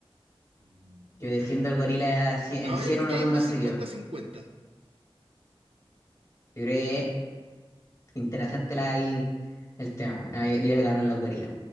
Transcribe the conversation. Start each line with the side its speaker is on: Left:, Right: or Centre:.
Right: Mm.
Left: Yo defiendo al gorila así-
Right: No,
Left: en 100
Right: yo creo
Left: uno
Right: que
Left: ve
Right: ahí es
Left: uno
Right: más
Left: seguido.
Right: cincuenta-cincuenta.
Left: Yo creo que es interesante la, ahí el tema, bueno. Yo, yo le gano a los gorilas,